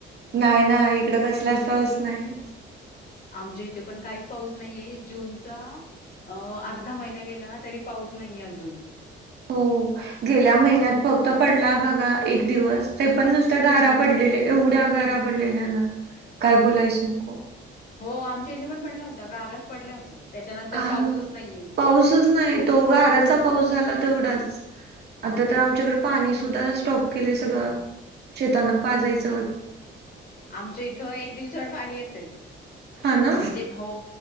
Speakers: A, on the right (about 55°); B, on the left (about 50°).
A: नाही ना इकड कसलाच पाऊस नाही.
B: आमच्या इथे पण काहीच पाऊस नाहीये जूनचा अ अर्धा महिना गेला. तरी पाऊस नाहीये अजून?
A: हो गेल्या महिन्यात फक्त पडला बघा एक दिवस ते पण नुसत्या गारा पडलेल्या एवढ्या गारा पडलेल्याना काय बोलायच नको?
B: हो आमच्या इथे पण पडल्या होत्या गारच पडल्या होत्या. त्याच्यानंतर
A: पाहा
B: पाऊसच
A: नं
B: नाहीये.
A: पाऊसच नाही. तो गाराचा पाऊस झाला तेवढाच आता ते आमच्याकड पाणी सुद्धा स्टॉप केलं सगळं शेतांना पाजयचं
B: आमच्या इथ एक दिवसाड पाणी येतय
A: हा ना
B: म्हजे हो